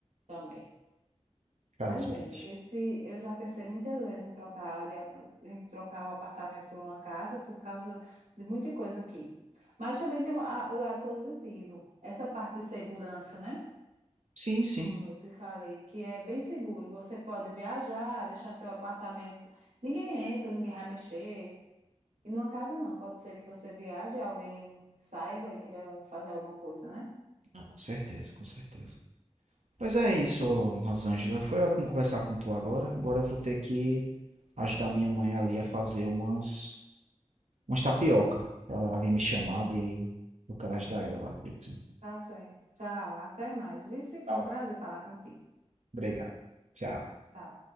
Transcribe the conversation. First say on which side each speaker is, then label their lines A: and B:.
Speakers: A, on the right; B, on the right.
A: também.
B: Infelizmente.
A: Mas é, esse eu já pensei muitas vezes em trocar, de- em trocar o apartamento por uma casa por causa de muita coisa aqui. Mas também tem a- o lado positivo, essa parte de segurança, né?
B: Sim, sim.
A: como eu te falei, que é bem seguro. Você pode viajar, deixar seu apartamento. Ninguém entra, ninguém vai mexer. E numa casa não, pode ser que você viaje e alguém saiba e queira fazer alguma coisa, né?
B: Ah, com certeza, com certeza. Pois é isso,
A: Aqui.
B: Rosângela. Foi ótimo conversar com tu agora. Agora eu vou ter que ajudar minha mãe ali a fazer umas, umas tapioca. Ela havia me chamado e eu quero ajudar ela lá. direitinho.
A: Tá certo. Tchau, até mais. Vice, foi
B: Tá.
A: um prazer falar contigo.
B: Obrigado. Tchau.
A: Tchau.